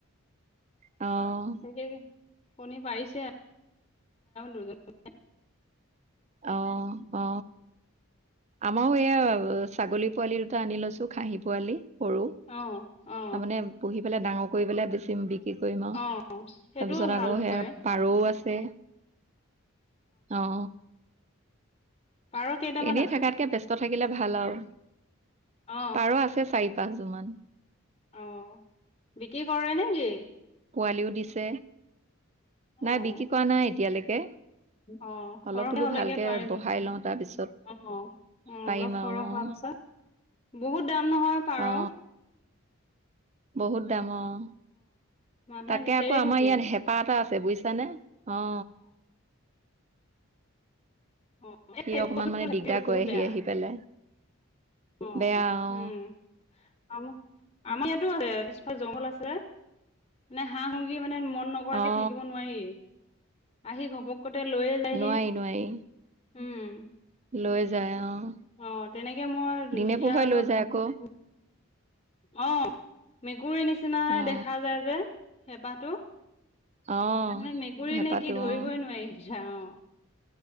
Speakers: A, on the right; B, on the left.
A: অ'।
B: তাকে কণী পাৰিছে দুজন
A: অ অ আমাৰো এয়া ছাগলী পোৱালি দুটা আনি লৈছো খাহী পোৱালি সৰু
B: অ অ
A: তাৰ মানে পঢ়ি বেলোৰ কৰি পেলাই বেছিম বিক্ৰী কৰিম আৰু
B: অ সেইটোও
A: তাৰপিছত
B: ভাল
A: আকৌ সেয়া
B: হয়
A: পাৰও আছে অ
B: পাৰ কেইটামান
A: এনেই
B: আছে
A: থকাতকে ব্যস্ত থাকিলে ভাল আৰু
B: অ অ
A: পাৰ আছে চাৰি পাঁচ যোৰ মান
B: অ বিক্ৰী কৰে নেকি
A: পোৱালিও দিছে নাই
B: আহ
A: বিক্ৰী কৰা নাই এতিয়ালৈকে
B: আহ
A: অলপ
B: সৰহ
A: বোলো
B: হলেকে
A: ভালকে
B: পাৰিব
A: বহাই
B: অ
A: লওঁ তাৰপিছত
B: অ
A: পাৰিম
B: অলপ
A: আৰু
B: সৰহ হোৱাৰ
A: অ
B: পিছত বহুত দাম নহয় পাৰ
A: অ বহুত দামৰ
B: মানুহে
A: তাকে
B: বিচাৰিয়ে
A: আকৌ আমাৰ
B: থাকে
A: ইয়াত হেঁপাহ এটা আছে বুজিছানে অ
B: অ
A: সি
B: এই
A: অকমান
B: বস্তুটো
A: মানে
B: থাকিলে
A: দিগদাৰ
B: বহুত
A: কৰেহি
B: বেয়া
A: আহি পেলাই
B: অ উম
A: বেয়া অ
B: আৰু আমাৰ ইয়াতো আছে পিছফাল জংঘল আছে মানে হাঁহ মুুৰ্গী মানে মন নকৰাকে
A: অ
B: থাকিব নোৱাৰি, আহি ঘপককতে লৈয়ে যায়হি
A: নোৱাৰি নোৱাৰি
B: উম।
A: লৈ যায় অ'
B: অ তেনেকে মই ইয়াৰ
A: দিনে পোহৰে
B: আগত
A: লৈ যায় আকৌ
B: অ, মেকুৰীয়ে নি নিচিনাহে
A: অ
B: দেখা যায় যে। হেপাটো।
A: অ
B: মানে মেকুৰী
A: হেঁপাহটো
B: নে কি ধৰিবই
A: অ
B: নোৱাৰিছা অ'।